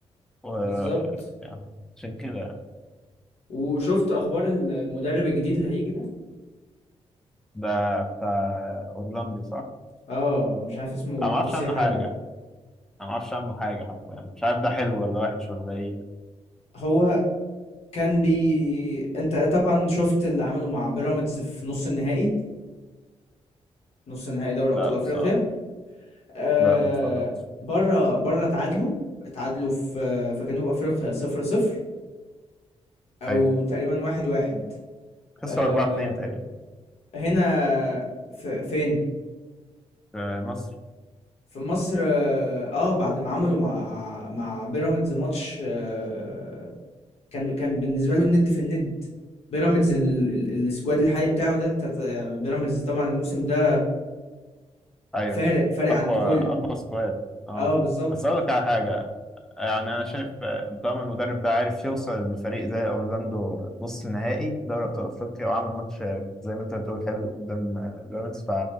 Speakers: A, in the centre; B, on the left.
A: و
B: بالضبط،
A: يعني عشان كده يعني.
B: وشُفت أخبار المدرب الجديد اللي هييجي ده؟
A: ده بتاع اورلاندي صح؟
B: آه، مش عارف اسمه
A: انا
B: خوسيه
A: ما اعرفش عنه
B: حاجة،
A: حاجه انا ما اعرفش عنه حاجه حتى يعني مش عارف ده حلو ولا وحش ولا ايه
B: هو كان بي أنت طبعًا شُفت اللي عمله مع بيراميدز في نُص النهائي، نُص نهائي دوري أبطال
A: لا بصراحه
B: أفريقيا، آآ،
A: لا ما اتفرجتش
B: برّه برّه اتعادلوا، اتعادلوا في في جنوب أفريقيا 0-0 أو
A: ايوه
B: تقريبًا 1-1.
A: خسروا
B: آه
A: 4 2 تقريبا
B: هنا في فين
A: في مصر
B: في مصر اه آه، بعد ما عملوا مع مع بيراميدز ماتش آه كان كان بالنسبه له الند في الند بيراميدز ال- ال- السكواد الحالي بتاعه ده انت ت- آه، بيراميدز طبعا الموسم ده
A: ايوه
B: فارق فارق
A: اقوى
B: عن الكل
A: اقوى سكواد اه
B: اه بالظبط
A: بس اقول لك على حاجه يعني انا شايف آه، طالما المدرب ده عارف يوصل لفريق زي اورلاندو نص النهائي في دوري ابطال افريقيا وعمل ماتش آه، زي ما انت بتقول حلو قدام آه، بيراميدز